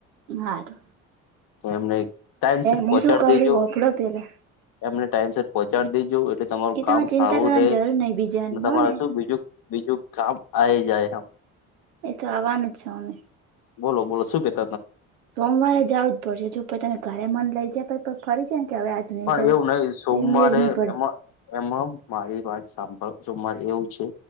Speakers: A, on the right; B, on the left.
A: હાર
B: તો એમને ટાઈમ સટ
A: હું
B: પહોંચાડી
A: શું કઉ
B: દેજો
A: રી હોભળો પેલા
B: એમને ટાઈમ સટ પહોંચાડી દેજો એટલે તમારું
A: એ તમારે
B: કામ
A: ચિંતા
B: સારું
A: કરવાની
B: રહેે
A: જરૂર નહી બીજાની
B: અને તમારે
A: હો ને
B: શું બીજું બીજું કામ આ જાય આમ
A: એ તો આવવાનું જ છ અમે
B: બોલો બોલો શું કેે
A: સોમવારે જવું જ પડશેે જો પ તમે ઘરે મન લઇ જ પછ ફરી જમ કે હવે નહી
B: પણ
A: જવું
B: એવું નહિ સોમવારે
A: તો એ મેળ નહી પડે
B: એમાં એમાં મારી વાત સાંભળવાર એવું છે